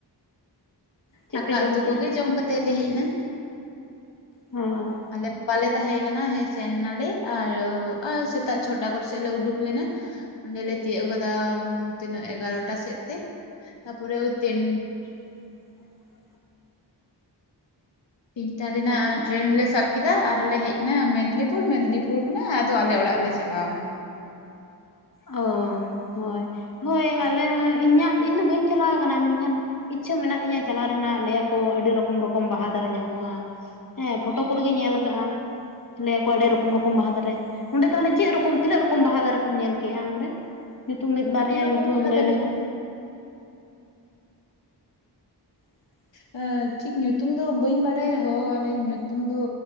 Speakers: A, on the left; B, on the left.
A: ᱪᱮᱫ
B: ᱫᱟᱠᱟ
A: ᱯᱮ ᱡᱚᱢ
B: ᱩᱛᱩ
A: ᱠᱮᱜᱼᱟ
B: ᱠᱚᱜᱮ ᱡᱚᱢ ᱠᱟᱛᱮᱜ ᱞᱮ ᱦᱮᱡ ᱱᱟ
A: ᱚ
B: ᱟᱞᱮ <unintelligible> ᱛᱟᱦᱮᱸ ᱠᱟᱱᱟ ᱦᱮᱡ ᱥᱮᱱ ᱱᱟᱞᱮ ᱟᱨ, ᱟᱨ ᱥᱮᱛᱟᱜ ᱪᱷᱚᱴᱟ ᱠᱚ ᱥᱮᱫ ᱞᱮ ᱩᱰᱩᱠ ᱞᱮᱱᱟ ᱚᱸᱰᱮ ᱞᱮ ᱛᱤᱭᱳᱜ ᱠᱟᱫᱟ ᱛᱤᱱᱟᱹᱜ ᱮᱜᱟᱨᱚᱴᱟ ᱥᱮᱫ ᱛᱮ ᱛᱟ ᱯᱚᱨᱮ ᱳᱭ ᱛᱤᱱ
A: <inaudible>
B: ᱛᱤᱱᱴᱟ ᱨᱮᱱᱟᱜ
A: ᱛᱟᱯᱚᱨᱮ
B: ᱴᱨᱮᱱ ᱞᱮ ᱥᱟᱵ ᱠᱮᱫᱟ ᱟᱨ ᱞᱮ ᱦᱮᱡ ᱱᱟ ᱢᱮᱫᱽᱱᱤᱯᱩᱨ ᱢᱮᱫᱽᱱᱤᱯᱩᱨ ᱠᱷᱚᱱᱟᱜ ᱟᱫᱚ ᱟᱞᱮ ᱚᱲᱟᱜ ᱞᱮ ᱪᱟᱞᱟᱣᱱᱟ
A: ᱚ ᱦᱳᱭ, ᱦᱳᱭ ᱟᱞᱮ ᱤᱧᱟᱹᱜ ᱤᱧᱫᱚ ᱵᱟᱹᱧ ᱪᱟᱞᱟᱣ ᱠᱟᱱᱟ ᱢᱮᱱᱠᱷᱟᱱ <unintelligible> ᱪᱷᱟ ᱢᱮᱱᱟᱜ ᱛᱤᱧᱟ ᱪᱟᱞᱟᱣ ᱨᱮᱱᱟᱜ ᱞᱟᱹᱭ ᱟᱠᱚ ᱟᱹᱰᱤ ᱨᱚᱠᱚᱢ ᱨᱚᱠᱚᱢ ᱵᱟᱦᱟ ᱫᱟᱨᱮ ᱧᱟᱢᱚᱜᱼᱟ ᱦᱮᱸ ᱯᱷᱳᱴᱳ ᱠᱚᱨᱮ ᱜᱮ ᱧᱮᱞ ᱠᱟᱜᱼᱟ ᱞᱟᱹᱭ ᱟᱠᱚ ᱟᱹᱰᱤ ᱨᱚᱠᱚᱢ ᱨᱚᱠᱚᱢ ᱵᱟᱦᱟ ᱫᱟᱨᱮ ᱚᱸᱰᱮ ᱛᱟᱞᱦᱮ ᱪᱮᱫ ᱨᱚᱠᱚᱢ ᱛᱤᱱᱟᱹᱜ ᱨᱚᱠᱚᱢ ᱵᱟᱦᱟ ᱫᱟᱨᱮ ᱠᱚᱢ ᱧᱮᱞᱼ ᱠᱮᱜ-ᱟ ᱚᱸᱰᱮ ᱧᱩᱛᱩᱢ ᱢᱤᱫ ᱵᱟᱨᱭᱟ
B: ᱟᱹᱰᱤ ᱨᱚᱠᱚᱢ
A: ᱧᱩᱛᱩᱢ
B: ᱵᱟᱦᱟ
A: ᱮᱢ ᱞᱟᱹᱭ
B: ᱫᱟᱨᱮ
A: ᱞᱮᱠᱷᱟᱱ <unintelligible> <inaudible> <inaudible> <inaudible> <unintelligible> <unintelligible> <unintelligible> <unintelligible> <inaudible> <inaudible> <inaudible> <unintelligible>
B: <unintelligible> ᱴᱷᱤᱠ ᱧᱩᱛᱩᱢ ᱫᱚ ᱵᱟᱹᱧ ᱵᱟᱰᱟᱭ ᱨᱮᱦᱚᱸ ᱚᱱᱮ ᱧᱩᱛᱩᱢ ᱫᱚ